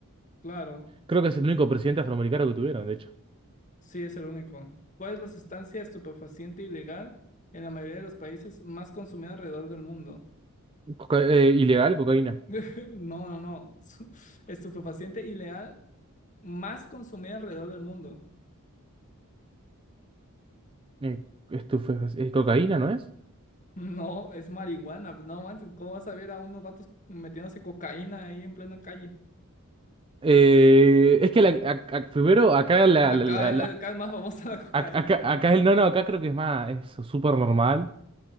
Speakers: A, on the left; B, on the right.
A: claro.
B: Creo que es el único presidente afroamericano que tuvieron, de hecho.
A: Sí, es el único. ¿Cuál es la sustancia estupefaciente ilegal en la mayoría de los países más consumida alrededor del mundo?
B: Coca- eh, ilegal, cocaína.
A: <laughs> No, no, no. Su- Estupefaciente ilegal más consumida alrededor del mundo.
B: Eh, estufe- eh, cocaína, ¿no es?
A: No, es marihuana. No manches, ¿cómo vas a ver a unos vatos metiéndose cocaína ahí en plena calle?
B: Eh, es que la- a- a- primero acá la,
A: Acá,
B: la- la-
A: eh,
B: la-
A: acá es más famosa <laughs> la cocaína,
B: a- acá,
A: güey,
B: acá el no, no, acá creo que es más, es súper normal.